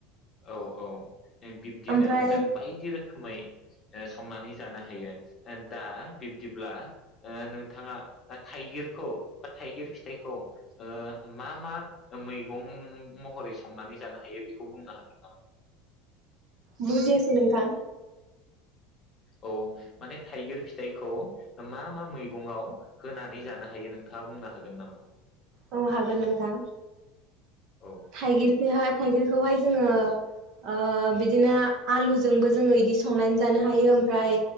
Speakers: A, on the left; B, on the right.
A: औ औ बे-बिब्दिनो
B: ओमफ्राय
A: जों बायदि रोखोमै ओ संनानै जानो हायो। <inaudible> दा बिब्दिब्ला ओ नोंथाङा थाइगिरखौ थाइगिर फिथाइखौ ओ मा मा मैगं महरै संनानै जानो हायो बेखौ बुंनो हागोन नामा?
B: बुजियासै नोंथां
A: औ माने थाइगिर फिथाइखौ मा मा मैगंआव होनानै जानो हायो नोंथाङा बुंनो हागोन नामा?
B: औ हागोन नोंथां
A: औ
B: थाइगिरखोहाय
A: बुंनाय
B: थाइगिरखौहाय जोङो ओ बिदिनो आलुजोंबो जोङो इदि संनानै जानो हायो ओमफ्राय